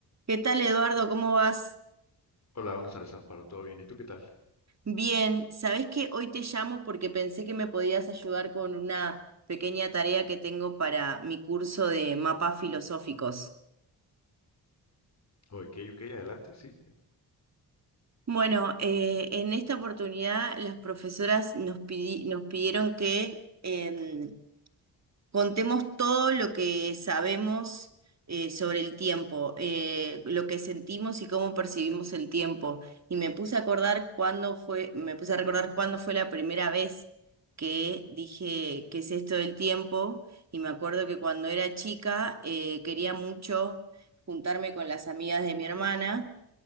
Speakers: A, on the right (about 40°); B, on the left (about 40°).
A: ¿Qué tal, Eduardo? ¿Cómo vas?
B: Hola, buenas tardes, Amparo. ¿Todo bien? ¿Y tú qué tal?
A: Bien, ¿sabés que hoy te llamo porque pensé que me podías ayudar con una pequeña tarea que tengo para mi curso de mapas filosóficos?
B: Ok, ok, adelante, sí.
A: Bueno, eh, en esta oportunidad las profesoras nos pidi- nos pidieron que em, contemos todo lo que sabemos eh, sobre el tiempo, eh, lo que sentimos y cómo percibimos el tiempo. Y me puse a acordar cuándo fue, me puse a recordar cuándo fue la primera vez que dije qué es esto del tiempo. Y me acuerdo que cuando era chica eh, quería mucho juntarme con las amigas de mi hermana.